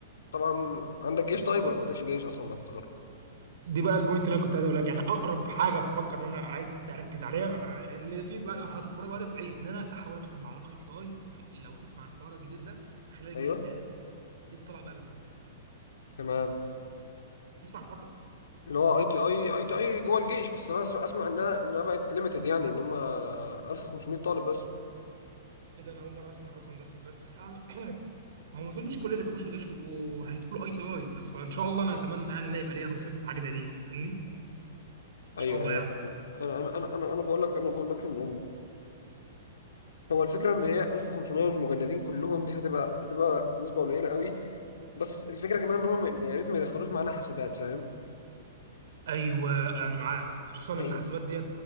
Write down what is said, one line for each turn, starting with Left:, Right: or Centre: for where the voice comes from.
Left: طبعا عندك جيش طيب ولا ما عندكش جيش اصلا بعد التخرج
Right: دي بقى البوينت اللي انا كنت عايز اقول لك يعني اقرب حاجه بفكر ان انا عايز اركز عليها اللي في بقى هدف قريب وهدف بعيد ان انا احاول ادخل مع الاي تي اي لو تسمع عن الحوار الجديد ده خلال الجيش
Left: ايوه
Right: بتاعي دي الطلعه بقى بالنسبه لي
Left: تمام
Right: تسمع عن الحوار ده
Left: اللي هو اي تي اي اي تي اي جوه الجيش بس انا أس- اسمع انها انها بقت ليميتد يعني ان هم 1500 طالب بس
Right: ايه ده انا اول مره اسمع الرقم ده بس يعني <clears throat> ما هو ما اظنش كل اللي بيخشوا الجيش بيبقوا هيدخلوا اي تي اي بس فان شاء الله انا اتمنى يعني ان أنا يبقى ليا نصيب في حاجه زي دي فاهمني ان شاء
Left: ايوه
Right: الله
Left: ايوه
Right: يعني
Left: فاهم. انا انا انا انا أنا بقول لك انا بقول لك ان هو الفكرة ان هي 1500 من المجندين كلهم دي هتبقى هتبقى نسبة قليلة قوي بس الفكرة كمان ان هم م- يا ريت ما يدخلوش معانا حاسبات فاهم
Right: ايوه انا معاك خصوصا
Left: هي-
Right: ان حسابات دي